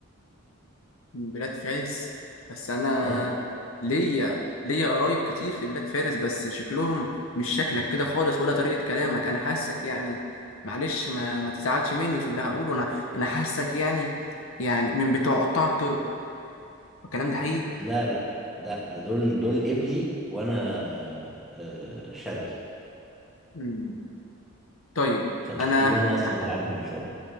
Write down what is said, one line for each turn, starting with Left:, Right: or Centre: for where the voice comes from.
Left: من بلاد فارس بس انا
Centre: اه
Left: ليا ليا قرايب كتير في بلاد فارس بس شكلهم مش شكلك كده خالص ولا طريقة كلامك انا حاسك يعني معلش ما ما تزعلش مني في اللي هقوله انا انا حاسك يعني يعني من بتوع قطاع الطرق الكلام ده حقيقي
Centre: لا لا لا ده دول دول قبلي وانا آه، شرقي
Left: مم. طيب
Centre: فتلاقيني
Left: انا
Centre: انا اسمر
Left: ه-
Centre: عنهم شويه